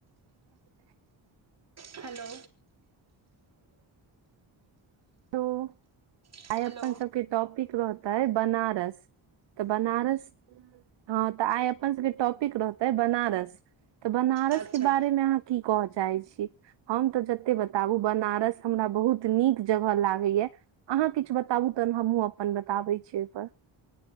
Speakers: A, on the right; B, on the right.
A: ह
B: हेलो
A: लो,
B: हेलो
A: आइ अपन सबके टॉपिक रहतै बनारस तऽ बनारस हँ तऽ आइ अपन सबके टॉपिक रहतै बनारस तऽ बनारस
B: अच्छा
A: के बारेमे अहाँ की कह चाहे छी, हम त जते बताबु बनारस हमरा बहुत नीक जगह ला ग मैं, अहाँ किछ बताबु तहन हमहुँ अपन बताबै छी ओयिपर।